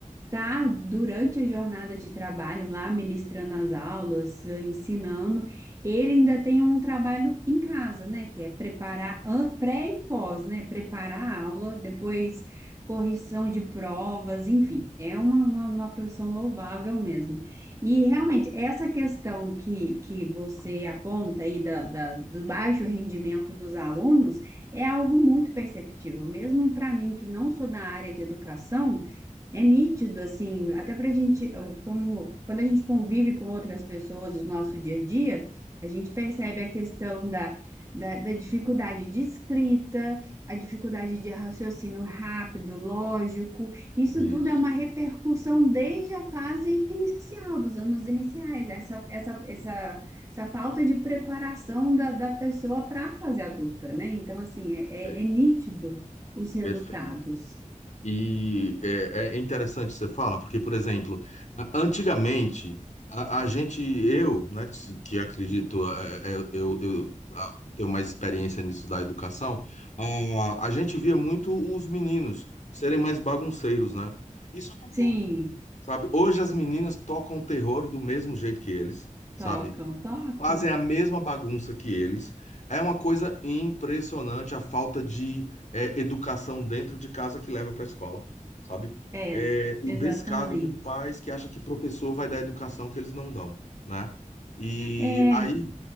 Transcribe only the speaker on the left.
Isso,
perfeito.
Perfeito. E é, é é interessante você fala, porque, por exemplo, a- antigamente, a, a gente, eu, né, que acredito, é, é, eu, eu a- tenho mais experiência nisso da educação, a, a gente via muito os meninos serem mais bagunceiros, né? Isso acabou,
sabe? Hoje as meninas tocam terror do mesmo jeito que eles, sabe?
fazem a mesma bagunça que eles. É uma coisa impressionante a falta de é, educação dentro de casa que leva para a escola, sabe?
É, o
descaso de pais que acha que professor vai dar educação que eles não dão, né? E
aí,